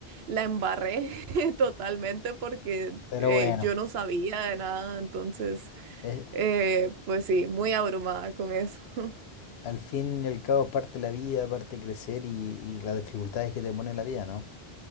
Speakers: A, on the right; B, on the left.
A: la embarré. Totalmente porque
B: Pero
A: eh,
B: bueno,
A: yo no sabía de nada, entonces,
B: es-
A: eh, pues sí, muy abrumada con eso. <laughs>
B: al fin y al cabo parte de la vida, parte crecer y, y las dificultades que te pone la vida, ¿no?